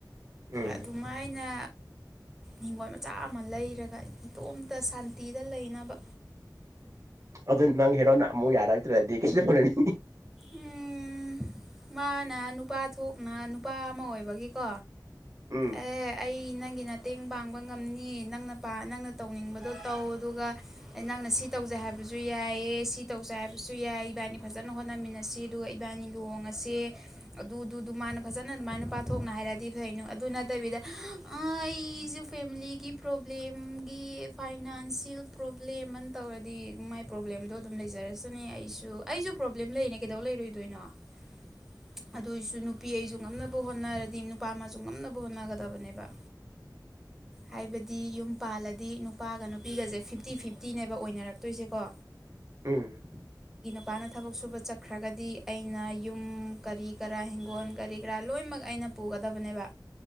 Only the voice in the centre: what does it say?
ꯑꯗꯨꯃꯥꯏꯅ ꯍꯤꯡꯒꯣꯜ ꯃꯆꯥ ꯑꯃ ꯂꯩꯔꯒ ꯇꯣꯝ ꯇ ꯁꯥꯟꯇꯤꯗ ꯂꯩꯅꯕ
ꯎꯝ ꯃꯥꯅ ꯅꯨꯄꯥ ꯊꯣꯛꯅ ꯅꯨꯄꯥ ꯑꯃ ꯑꯣꯏꯕꯒꯤꯀꯣ
ꯑꯦ ꯑꯩ ꯅꯪꯒꯤ ꯃꯇꯦꯡ ꯄꯥꯡꯕ ꯉꯝꯅꯤ ꯅꯪꯅ ꯅꯪꯅ ꯇꯧꯅꯤꯡꯕꯗꯣ ꯇꯧ ꯑꯗꯨꯒ ꯅꯪꯅ ꯁꯤ ꯇꯧꯖꯩ ꯍꯥꯏꯕꯁꯨ ꯌꯥꯏꯌꯦ ꯁꯤ ꯇꯧꯖꯩ ꯍꯥꯏꯕꯁꯨ ꯌꯥꯏ ꯏꯕꯥꯏꯅꯤ ꯐꯖꯅ ꯍꯣꯠꯅꯃꯤꯟꯅꯁꯤ ꯑꯗꯨꯒ ꯏꯕꯥꯅꯤ ꯂꯨꯍꯣꯡꯉꯁꯦ ꯑꯗꯨꯗꯨꯗꯨ ꯃꯥꯅ ꯐꯖꯅ ꯑꯗꯨꯃꯥꯏꯅ ꯅꯨꯄꯥ ꯊꯣꯛꯅ ꯍꯥꯏꯔꯗꯤ ꯐꯩꯅꯣ ꯑꯗꯨ ꯅꯠꯇꯕꯤꯗ ꯑꯩꯁꯨꯦ ꯐꯦꯃꯤꯂꯤꯒꯤ ꯄ꯭ꯔꯣꯕ꯭ꯂꯦꯝꯒꯤ ꯐꯥꯏꯅꯥꯟꯁꯤꯌꯦꯜ ꯄ꯭ꯔꯣꯕ꯭ꯂꯦꯝꯅ ꯇꯧꯔꯗꯤ ꯃꯥꯏ ꯄ꯭ꯔꯣꯕ꯭ꯂꯦꯝꯗꯣ ꯑꯗꯨꯝ ꯂꯩꯖꯔꯁꯅꯦ ꯑꯩꯁꯨ ꯑꯩꯁꯨ ꯄ꯭ꯔꯣꯕ꯭ꯂꯦꯝ ꯂꯩꯅꯤ ꯀꯩꯗꯧꯕ <unintelligible> ꯉꯝꯅꯕ ꯍꯣꯠꯅꯒꯗꯕꯅꯦꯕ ꯍꯥꯏꯕꯗꯤ ꯌꯨꯝ ꯄꯥꯜꯂꯗꯤ ꯅꯨꯄꯥꯒ ꯅꯨꯄꯤꯒꯁꯦ ꯐꯤꯞꯇꯤ ꯐꯤꯐꯇꯤꯅꯦꯕ ꯑꯣꯏꯅꯔꯛꯇꯣꯏꯁꯦꯀꯣ
ꯏꯄꯥꯅ ꯊꯕꯛ ꯁꯨꯕ ꯆꯠꯈ꯭ꯔꯒꯗꯤ ꯑꯩꯅ ꯌꯨꯝ ꯀꯔꯤ ꯀꯔꯥ ꯍꯤꯡꯒꯣꯜ ꯀꯔꯤ ꯀꯔꯥ ꯂꯣꯏꯅꯃꯛ ꯑꯩꯅ ꯄꯨꯒꯗꯕꯅꯦꯕ